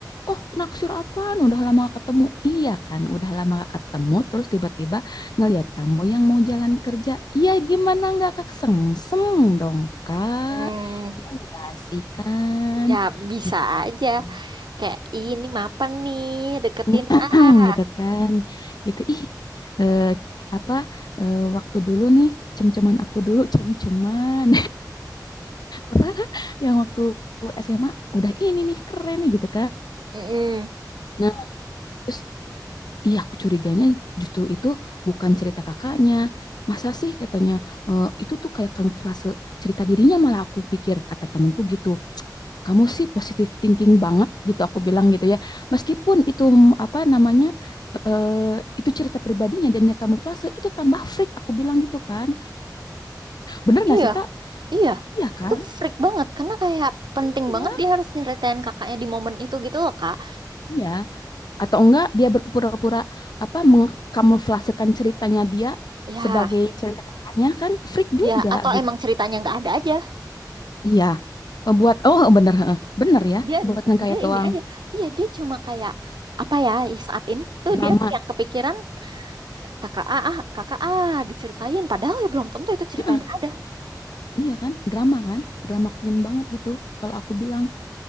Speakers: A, on the left; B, on the right.
A: oh naksir apaan udah lama gak ketemu iya kan udah lama gak ketemu terus tiba-tiba ngelihat kamu yang mau jalan kerja iya gimana nggak kesengsem dong kak
B: hmm.
A: ya enggak sih kan
B: Ya bisa
A: gitu
B: aja.
A: kan.
B: Kayak "Ih, ini mapan nih, deketin
A: nih <clears throat>
B: ah.
A: gitu kan gitu ih eh, apa eh, waktu dulu nih cem-ceman aku dulu cem-ceman apa <laughs> yang waktu SMA udah ini nih keren nih gitu kan.
B: Mm-mm.
A: Nah, terus iya aku curiganya justru itu bukan cerita kakaknya. Masa sih katanya "Eh, itu tuh kayak kamuflase cerita dirinya malah aku pikir kata temanku gitu. Kamu sih positive thinking banget gitu aku bilang gitu ya. Meskipun itu mm, apa namanya eh itu cerita pribadinya dan dia kamuflase itu tambah freak aku bilang gitu kan. Bener
B: Iya,
A: gak sih Kak?
B: iya.
A: Iya kan?
B: Itu freak banget karena kayak penting
A: Iya,
B: banget dia harus nyeritain kakaknya di momen itu gitu loh, Kak.
A: iya. atau enggak dia berpura-pura apa mengkamuflasekan ceritanya dia
B: Ya,
A: sebagai cerita kakaknya kan freak juga
B: ya atau
A: gitu.
B: emang ceritanya nggak ada aja.
A: Iya, Eh, buat oh eh, bener heeh. bener ya
B: Dia
A: buat ngegayat
B: dia
A: doang
B: ini aja. Iya, dia cuma kayak apa ya, ih, saat ini tuh
A: drama.
B: dia yang kepikiran kakak A, ah, kakak A diceritain padahal ya belum tentu itu ceritanya
A: Heeh,
B: ada.
A: Iya kan, drama kan, drama queen banget gitu. Kalau aku bilang,